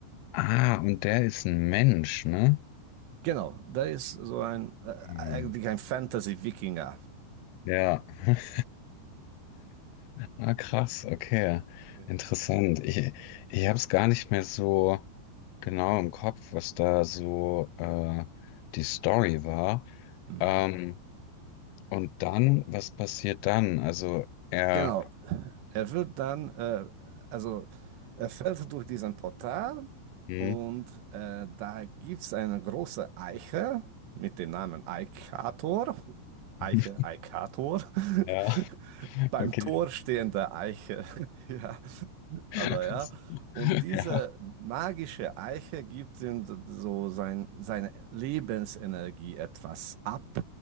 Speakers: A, on the left; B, on the right.
A: Ah, und der ist ein Mensch, ne?
B: Genau, da ist so ein äh,
A: Mhm.
B: eigentlich ein Fantasy-Wikinger.
A: Ja. <laughs> Ah, krass, okay.
B: Ja.
A: Interessant. Ich, ich habe es gar nicht mehr so genau im Kopf, was da so äh, die Story war.
B: Mhm.
A: Ähm, und dann, was passiert dann? Also, er.
B: Genau. Er wird dann, äh, also er fällt durch diesen Portal
A: Mhm.
B: und äh, da gibt es eine große Eiche mit dem Namen Eikator. Eiche,
A: <laughs>
B: Eikator.
A: Ja.
B: <laughs> Beim
A: Okay.
B: Tor stehende Eiche. <laughs> Ja, aber
A: <laughs>
B: ja. Und diese
A: Ja.
B: magische Eiche gibt ihm so sein, seine Lebensenergie etwas ab